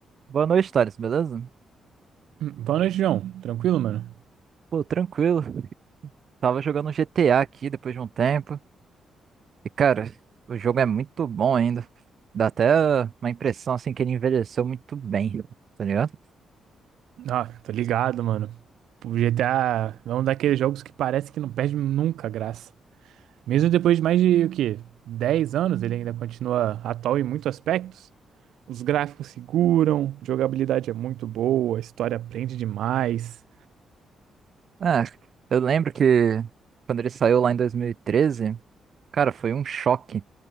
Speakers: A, on the right; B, on the right.
A: Boa noite, Thales, beleza?
B: Hum, Boa noite, João. Tranquilo, mano?
A: Pô, tranquilo. Tava jogando um GTA aqui depois de um tempo. E, cara, o jogo é muito bom ainda. Dá até uma impressão, assim, que ele envelheceu muito bem, tá ligado?
B: Ah, tô ligado, mano. O GTA é um daqueles jogos que parece que não perde nunca a graça. Mesmo depois de mais de, o quê? dez anos, ele ainda continua atual em muitos aspectos. Os gráficos seguram, a jogabilidade é muito boa, a história prende demais.
A: Ah, eu lembro que quando ele saiu lá em 2013, cara, foi um choque.